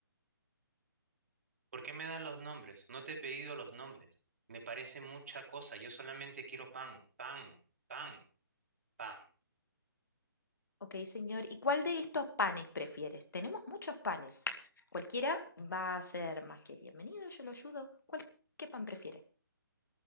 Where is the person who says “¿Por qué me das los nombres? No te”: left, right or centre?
Right